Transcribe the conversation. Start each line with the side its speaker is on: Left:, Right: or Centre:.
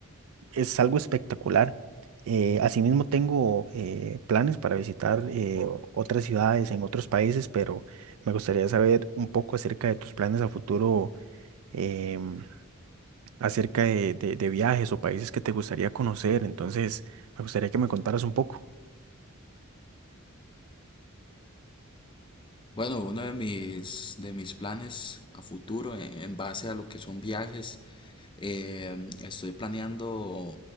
Right: es algo espectacular. Eh, asimismo, tengo eh, planes para visitar eh, o- otras ciudades en otros países, pero me gustaría saber un poco acerca de tus planes a futuro, em, acerca de, de de viajes o países que te gustaría conocer. Entonces, me gustaría que me contaras un poco.
Left: Bueno, uno de mis, de mis planes a futuro en, en base a lo que son viajes, eh, estoy planeando,